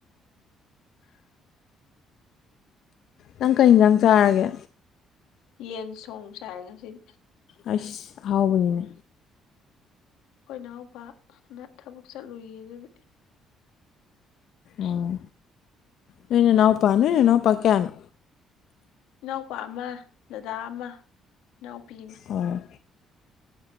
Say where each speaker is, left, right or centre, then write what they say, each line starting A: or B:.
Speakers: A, on the left (about 65°); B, on the left (about 85°).
A: ꯅꯪ ꯀꯩ ꯌꯦꯟꯖꯥꯡ ꯆꯥꯔꯒꯦ
B: ꯌꯦꯟ ꯁꯣꯡ ꯆꯥꯏ ꯉꯁꯤꯗꯤ
A: ꯑꯩꯁ ꯑꯍꯥꯎꯕꯅꯤꯅꯦ
B: ꯑꯩꯈꯣꯏ ꯏꯅꯥꯍꯎꯄꯥꯅ ꯊꯕꯛ ꯆꯠꯂꯨꯏ ꯑꯗꯨꯒꯤ
A: ꯑꯣ ꯅꯣꯏ ꯅꯅꯥꯎ ꯄꯥ ꯅꯣꯏꯅꯅꯥꯎ ꯄꯥ ꯀꯌꯥꯅꯣ
B: ꯏꯅꯥꯎꯄꯥ ꯑꯃ ꯗꯗꯥ ꯑꯃ ꯏꯅꯥꯎꯄꯤ ꯑꯃ
A: ꯑꯣ